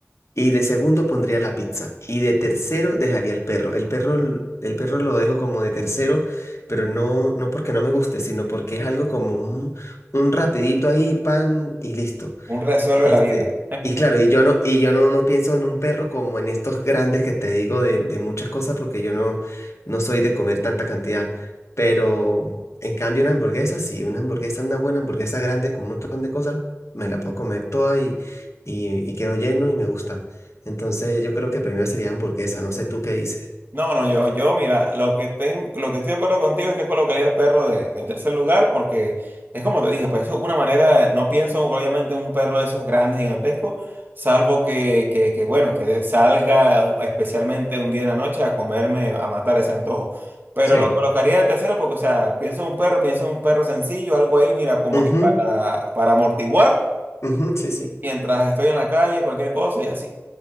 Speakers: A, on the left; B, on the right.
A: Y de segundo pondría la pizza. Y de tercero dejaría el perro. El perro, l- el perro lo dejo como de tercero, pero no, no porque no me guste, sino porque es algo como un, un rapidito ahí, pan y listo.
B: Un resuelve
A: Este,
B: la vida.
A: y claro, y yo no, y yo no, no pienso en un perro como en estos grandes que te digo de, de muchas cosas, porque yo no, no soy de comer tanta cantidad. Pero en cambio una hamburguesa, sí, una hamburguesa, una buena hamburguesa grande con un montón de cosas, me la puedo comer toda y, y, y quedo lleno y me gusta. Entonces yo creo que primero sería hamburguesa, no sé tú qué dices.
B: No, no, yo, yo, mira, lo que ten- lo que estoy de acuerdo contigo es que colocaría el perro de, de tercer lugar, porque es como te dije, pues es una manera, no pienso obviamente en un perro de esos grandes, gigantescos, salvo que, que, que, bueno, que salga especialmente un día en la noche a comerme, a matar ese antojo. Pero
A: Sí.
B: lo colocaría de tercero porque, o sea, pienso en un perro, pienso en un perro sencillo, algo ahí, mira, como
A: Ujú,
B: que para, para amortiguar
A: ujú, sí, sí.
B: mientras estoy en la calle, cualquier cosa y así.